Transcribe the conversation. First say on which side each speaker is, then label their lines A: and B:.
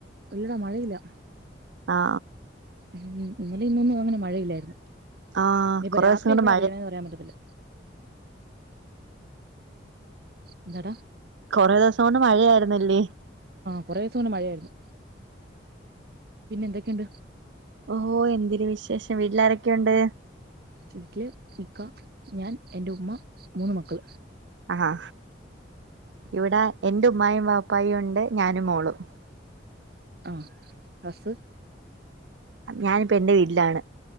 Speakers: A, on the right; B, on the right.
A: ഇല്ലടാ മഴയില്ല
B: ങാ ആ
A: ഉം ഇന്നലേം ഇന്നൊന്നും അങ്ങനെ മഴയില്ലായിരുന്നു
B: ആ
A: ഇനിയിപ്പ
B: കൊറേ
A: രാത്രി
B: ദിവസം കൊണ്ട്
A: എപ്പഴാ
B: മഴ
A: പെയ്യണേന്ന് പറയാൻ പറ്റത്തില്ല എന്താടാ
B: കൊറെ ദിവസം കൊണ്ട് മഴയായിരുന്നല്ലേ
A: കുറെേ ദിവസം കൊണ്ട് മഴയായിരുന്നു പിന്നെ എന്തൊക്കെയുണ്ട്
B: ഓഹോ എന്തിരു വിശേഷം വീട്ടിലാരൊ ക്കെ ണ്ട്
A: വീട്ടിൽ ഇക്ക ഞാൻ എന്റെ ഉമ്മ മൂന്ന് മക്കൾ
B: ആ ഇവിടെ എന്റെ ഉമ്മായും വാപ്പായും ഉണ്ട് ഞാനും മോളും
A: ആ ഹസ്
B: ഞാനിപ്പ എന്റെ വീട്ടിലാണ്